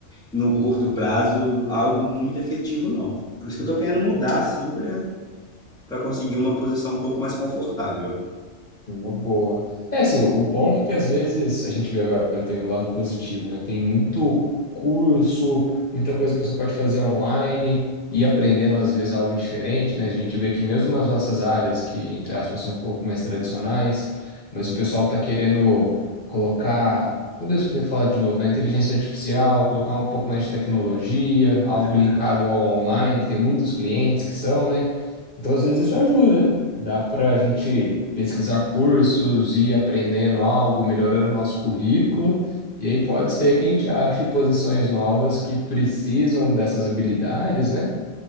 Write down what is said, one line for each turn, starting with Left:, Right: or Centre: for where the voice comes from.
Centre: no curto prazo, algo muito efetivo, não. Por isso que eu estou querendo mudar, assim, para para conseguir uma posição um pouco mais confortável.
Left: É Uma boa. É assim, o bom é que às vezes a gente vê agora tem o lado positivo, né? Tem muito curso, muita coisa que você pode fazer online e aprendendo às vezes algo diferente, né? A gente vê que mesmo nas nossas áreas, que entre aspas são um pouco mais tradicionais, mas o pessoal tá querendo colocar tudo isso que você fala de novo, né? Inteligência artificial, colocar um pouco mais de tecnologia, algo
Centre: É verdade,
Left: linkado ao online, que tem muitos clientes que são, né? Então às vezes isso ajuda. Dá para a gente pesquisar cursos, ir aprendendo algo, melhorando o nosso currículo, e aí pode ser que a gente ache posições novas que precisam dessas habilidades, né?